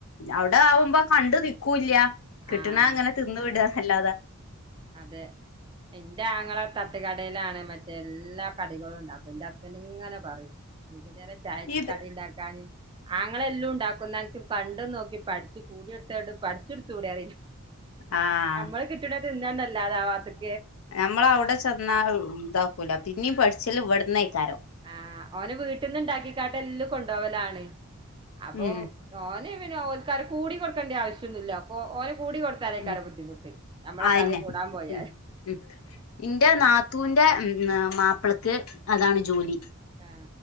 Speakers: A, on the left; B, on the right.
A: അവിടെ ആവുമ്പോ കണ്ടു നക്കൂല്ല. കിട്ടുണ്
B: ആഹ്
A: അങ്ങനെ തിന്ന വിട എന്നല്ലാതെ.
B: അതെ എന്റെ ആങ്ങളെ തട്ടുകടയിലാണ് മറ്റേ എല്ലാ കടികളും ഉണ്ടാക്കും എന്റെ ഇബല് ഇങ്ങനെ പറയും വൈകുന്നേരം ചായക്ക്
A: ഇത്
B: കടി ഉണ്ടാക്കാന്. ആങ്ങളെല്ലാം ഉണ്ടാക്കുന്ന അനക്ക് കണ്ട നോക്കി പഠിച്ച് കൂടി എടുത്തോണ്ട് പഠിച്ചെടുത്ത കൂടി അറിയില്ല
A: ആഹ്
B: നമ്മള് കിട്ടണ തിന്നാന്ന്ല്ലാതാആവാത്തക്ക്
A: നമ്മള അവിടെ ചെന്നാ ഇതാക്കൂല പിന്നീ പഠിച്ചല് ഇവിടുന്ന ആക്കാരോ.
B: ആഹ് ഓന വീട്ടിൽന്ന് ഉണ്ടാക്കിക്കാണ്ട് എല്ലാം കൊണ്ടുപോവലാണ് അപ്പൊ.
A: ഉം
B: ഓനെ പിന്നെ ഓൽക്കാരർ കൂടിക്ക കൊടുക്കേണ്ട ആവശ്യംഒന്നുല്ല. ഓ ഓര് കൂടി കൊടുത്താലേക്കാര
A: ഉം
B: ബുദ്ധിമുട്ട് നമ്മളൊക്കെര്
A: അയന്നെ
B: കൂടാൻ പോയാല്
A: ഉം ഉം ഇന്റെ നാത്തുവിന്റെ മാപ്പിളക്ക് അതാണ് ജോലി
B: ആ